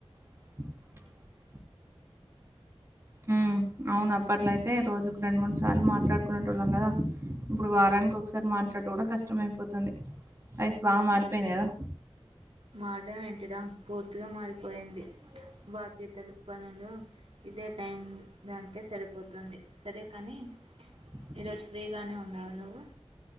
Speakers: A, on the right (about 25°); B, on the right (about 70°).
A: <inaudible> ఉమ్ అవును అప్పట్లో అయితే రోజు రెండు మూడు సార్లు మాట్లాడుకునేటోళ్ళం కదా ఇప్పుడు వారానికి ఒకసారి మాట్ డుడు కూడా కష్టమైపోతుంది లైఫ్ బాగా మారిపోయింది కదా
B: మారడం ఏంటి రా పూర్తిగా మారిపోయింది
A: <inaudible>
B: బాధ్యతలు పనులు ఇదే టైం దానికే సరిపోతుంది సరే కానీ
A: <inaudible>
B: ఈరోజు ఫ్రీగానే ఉన్నావా నువ్వు